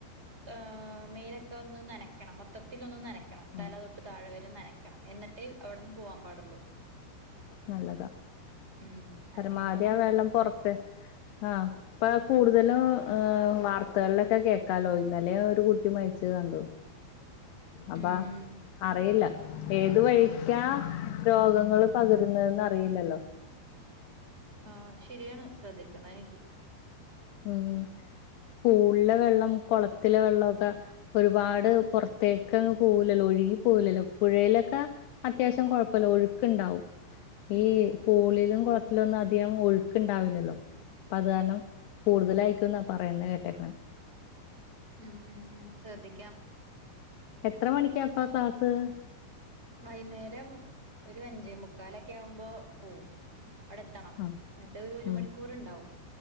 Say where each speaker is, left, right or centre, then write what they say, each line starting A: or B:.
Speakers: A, on the right (about 15°); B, on the left (about 70°).
A: ആഹ് മേലോക്കെ ഒന്ന് നനക്കണം മൊത്തത്തിൽ ഒന്ന് നനക്കണം
B: ആ
A: തല തൊട്ട താഴെ വരെ നനയ്ക്കണം എന്നിട്ടേ അവിടുന്ന് പോവാൻ പാടുള്ളൂ
B: നല്ലതാ
A: ഉം
B: പരമാവധി
A: അങ്ങനെയൊക്കെ നോക്കണ്ട്.
B: ആഹ് വെള്ളം പൊറത്ത് ആഹ് ഇപ്പ കൂടുതലും വാർത്തകളിലൊക്കെ കേക്കാലോ ഇന്നലെ ഒരു കുട്ടി മരിച്ച കണ്ടു അപ്പാ
A: ഉം
B: അറിയില്ല ഏതു വഴിക്കാ രോഗങ്ങൾ പകരുന്നന്ന് അറിയില്ലല്ലോ
A: ആഹ് ശരിയാണ് ശ്രദ്ധിക്കണ എനിക്കി
B: മം പൂളിലെ വെള്ളം കുളത്തിലെ വെള്ളോക്ക ഒരുപാട് പൊറത്തേക്ക്ങ്ങ് പോവൂലല്ലോ ഒഴുകി പോവൂല ല്ലോ പുഴയിലൊക്ക അത്യാവശ്യം കോഴപ്പല്ല ഒഴുക്ക് ണ്ടാവും
A: ഉം
B: ഈ പൂളിലും കുളത്തിലൊന്നും അധികം ഒഴുക്ക് ഇണ്ടാവില്ലല്ലോ അപ്പൊ അത് കാരണം കൂടുതലായിക്കും ന്നാ പറയന്നെ കേട്ടെക് ണെ
A: ഉം ഉം ഉം ശ്രദ്ധിക്കാം
B: എത്ര മണിക്കാ പ്പാ ക്ലാസ്
A: വൈന്നേരം ഒര് അഞ്ചേ മുക്കാലൊക്കെ ആകുമ്പോ പോകും അവിടെ എത്തണം
B: ആഹ്
A: എന്നിട്ട് ഒരു ഒരു
B: ഉം
A: മണിക്കൂർ ഉണ്ടാവും